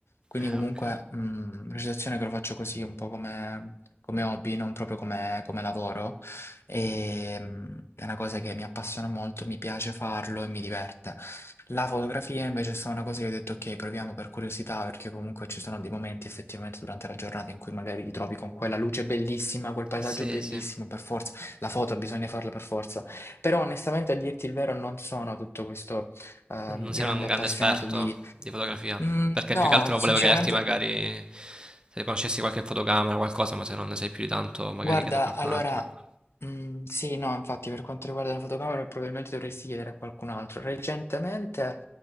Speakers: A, on the left; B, on the right.
A: Quindi
B: Eh,
A: comunque,
B: ok.
A: mhmm, recitazione che lo faccio così un po' come come hobby, non proprio come come lavoro. Ehm, è una cosa che mi appassiona molto, mi piace farlo e mi diverte. La fotografia invece è stata una cosa che ho detto: "Okay, proviamo per curiosità", perché comunque ci sono dei momenti effettivamente durante la giornata in cui magari ti trovi con quella luce bellissima, quel paesaggio
B: Sì,
A: bellissimo,
B: sì.
A: per forza la foto bisogna farla per forza. Però onestamente a dirti il vero non sono tutto questo, ehm,
B: Non sei
A: grande
B: un grande
A: appassionato
B: esperto
A: di
B: di fotografia,
A: mhmm,
B: perché
A: no,
B: più che altro
A: sinceramente
B: volevo chiederti magari se conoscessi qualche fotocamera, o qualcosa, ma se non ne sai più di tanto, magari
A: Guarda,
B: chiedo a qualcun
A: allora,
B: altro, ecco.
A: mm, sì, no, infatti per quanto riguarda la fotocamera probabilmente dovresti chiedere a qualcun altro. Recentemente